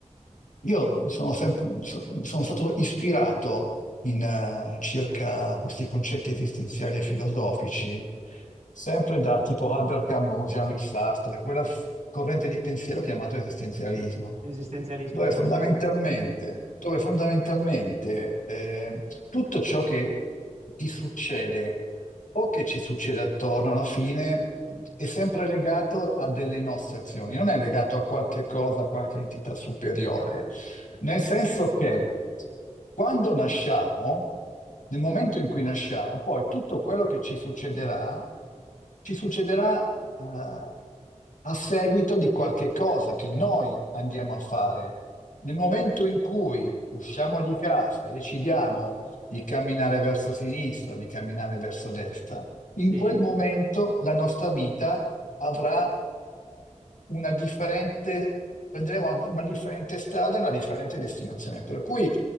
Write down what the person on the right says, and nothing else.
L'esistenzialismo
si
lo conosco.
Sì,